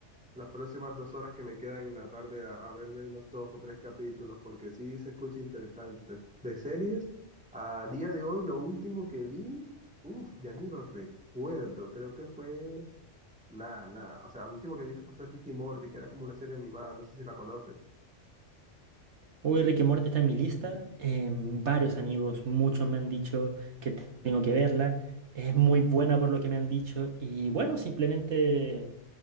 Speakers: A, in the centre; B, on the right.
A: las próximas dos horas que me quedan en la tarde a, a verme unos dos o tres capítulos, porque sí se escucha interesante. De series, a día de hoy lo último que vi, uff, ya ni lo recuerdo, creo que fue... Nada, nada. O sea, lo último que vi creo que fue Ricky Morty, que era como una serie animada, no sé si la conoces.
B: Uy, Rick and Morty está en mi lista. em, varios amigos, muchos me han dicho que te- tengo que verla. Es muy buena por lo que me han dicho. Y bueno, simplemente